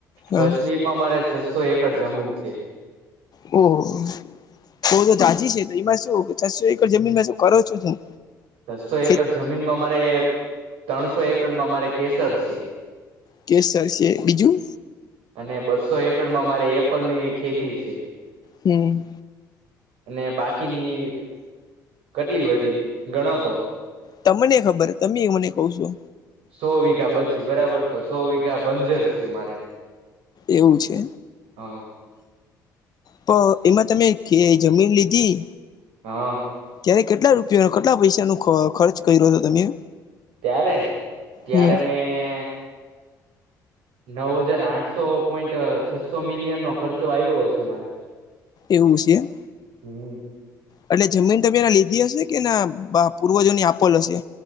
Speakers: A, on the left (about 40°); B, on the right (about 65°).
A: હા
B: કાશ્મીરમાં મારે છસો એકડ જમીન છે
A: ઓહ તો તો જાજી છે તો એમાં શું છસો એકર જમીનમાં શ કરો છો શું
B: છસો એકર
A: ખેત
B: જમીનમાં મારે ત્રણસો એકડમાં મારે કેસર છે
A: કેસર છે બીજું
B: અને બસસો એકડ માં મારે એપલની ખેતી છે.
A: હમ્મ.
B: અને બાકીની કેટલી વધી, ગણો તો?
A: તમને ખબર, તમે એ મને કહ છો.
B: સો વીઘા બચી બરાબર, તો સો વીઘા બંજર છે, મારે.
A: એવું છે
B: હ
A: પણ એમાં તમે જમીન લીધી
B: હા.
A: ત્યારે કેટલા રૂપિયાનો, કેટલા પૈસાના ખર્ચ કર્યોતો, તમે?
B: ત્યારે, ત્યારે
A: હમ
B: મેં નવ હજાર આઠસો પોઈન્ટ છસો મિલિયન નો ખર્ચો આવ્યો હશે મારે
A: એવું છે, એમ.
B: હમ
A: એટલે જમીન તમીને લીધી હશે, કે ના પૂર્વજોની આપોલ હશે?